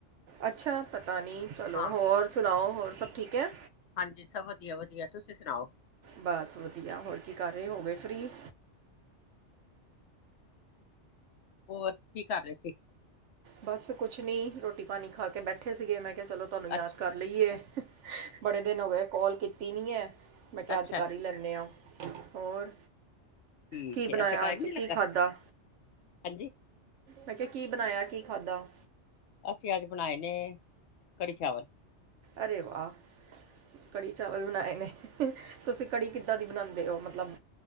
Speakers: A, on the right (about 75°); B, on the left (about 70°).
A: ਅੱਛਾ, ਪਤਾ ਨਹੀਂ ਚਲੋ
B: ਹਾਂ
A: ਹੋਰ ਸੁਣਾਓ ਹੋਰ ਸਭ ਠੀਕ ਹੈ?
B: ਹਾਂਜੀ, ਸਭ ਵਧੀਆ, ਵਧੀਆ ਤੁਸੀਂ ਸੁਣਾਓ?
A: ਬਸ ਵਧੀਆ ਹੋਰ ਕੀ ਕਰ ਰਹੇ ਹੋ ਗਏ ਫਰੀ?
B: ਹੋਰ ਕੀ ਕਰ ਰਹੇ ਸੀ?
A: ਬਸ ਕੁਛ ਨਹੀਂ, ਰੋਟੀ ਪਾਣੀ ਖਾ ਕੇ ਬੈਠੇ ਸੀਗੇ ਮੈਂ ਕਿਹਾ ਚਲੋ। ਤੁਹਾਨੂੰ ਯਾਦ
B: ਅੱਛ
A: ਕਰ ਲਈਏ ਬੜੇ ਦਿਨ ਹੋ ਗਏ ਕੌਲ ਕੀਤੀ ਨੀ ਹੈ। ਮੈਂ ਕਿਹਾ
B: ਅੱਛਾ
A: ਅੱਜ ਕਰ ਹੀ ਲੈਂਦੇ ਆਂ ਹੋਰ।
B: ਠੀਕ
A: ਕੀ ਬਣਾਇਆ
B: ਹੈ, ਇੱਥੇ ਟਾਈਮ
A: ਅੱਜ
B: ਨੀ ਲੱਗਾ
A: ਕੀ ਖਾਧਾ
B: ਹਾਂਜੀ।
A: ਮੈਂ ਕੇਹਾ ਕੀ ਬਣਾਇਆ ਕੀ ਖਾਧਾ।
B: ਅਸੀਂ ਅੱਜ ਬਣਾਏ ਨੇ ਕੜੀ ਚਾਵਲ।
A: ਅਰੇ ਵਾਹ, ਕੜੀ ਚਾਵਲ ਬਣਾਏ ਨੇ। ਤੁਸੀਂ ਕੜੀ ਕਿੱਦਾਂ ਦੀ ਬਣਾਉਂਦੇ ਹੋ। ਮਤਲਬ